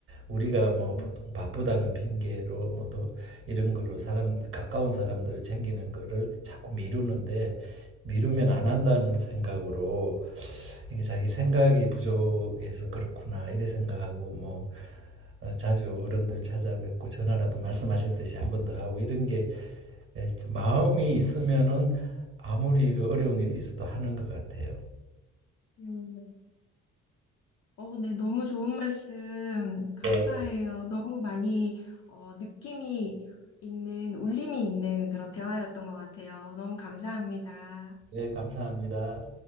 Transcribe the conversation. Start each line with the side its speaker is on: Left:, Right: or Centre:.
Right: 우리가 뭐
Left: 음.
Right: 보통 바쁘다는 핑계로 뭐또 이런 거로 사람 가까운 사람들을 챙기는 거를 자꾸 미루는데 미루면 안 한다는 생각으로 이게 자기 생각이 부족해서 그렇구나 이래 생각하고 뭐 어, 자주 어른들 찾아뵙고 전화라도 말씀하셨듯이 한 번 더 하고 이런 게 예, 마음이 있으면은 아무리 그 어려운 일이 있어도 하는 것 같아요.
Left: 음. 어, 네. 너무 좋은 말씀 감사해요.
Right: 네,
Left: 너무 많이 어, 느낌이 있는, 울림이 있는 그런 대화였던 것 같아요. 너무 감사합니다.
Right: 네, 감사합니다.